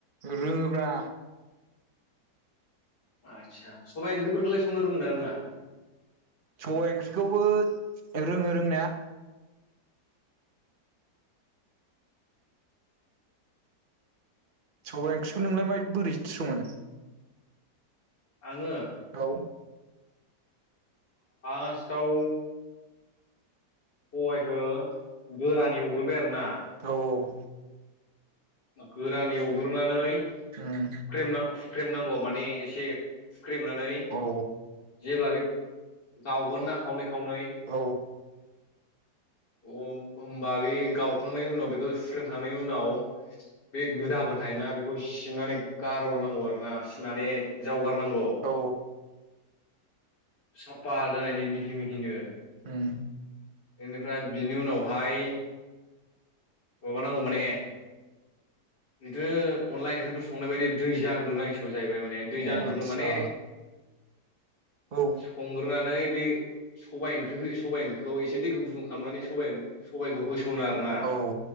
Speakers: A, on the right; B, on the left.
A: रोङोब्रा
B: आदसा सबायाइ ओंख्रिफोरखौलाय संनो रोङो ना रोङा
A: सबाय ओंख्रिखौबो रोङो रोंनाया सबाय ओंख्रिखौ नोंलाय मायद बोरैथो सङो
B: आङो
A: औ
B: फासताव सबायखो गोरान एवग्रोबाय आरो ना
A: औ औ।
B: गोरान एवग्रोनानै
A: उम
B: हुख्रेमना हुख्रेमनांगौ माने एसे हुख्रेमनानै
A: औ
B: जेब्ला बे गावगोन ना खावनै खावनै
A: औ
B: अ होनोमबा बे गावखांनायनि उनाव बेखौ सुख्रेमखांनायनि उनाव बे गुदाफोर थायोना बेखौ सिबनानै गारहरनांगौ आरो। बास माने जावगारनांगौ।
A: औ
B: साफा जानायनि मिहि मिहिनो
A: उम
B: बेनिफ्राय बिनि उनावहाय माबानांगौ माने बिदिनो अनदला ओंख्रिफोर संनाय बायदि दै जांग्रोनांसिगौ जाहैबाय माने दै
A: औ
B: जांग्रोनो
A: आदसा
B: माने
A: औ
B: संग्रोनानै बे सबाइ ओंख्रि होयो सबाइ ओंख्रिखौ एसे दैखौ गुदुं खालामनानै स सबाइखौ होसननो आरो ना।
A: औ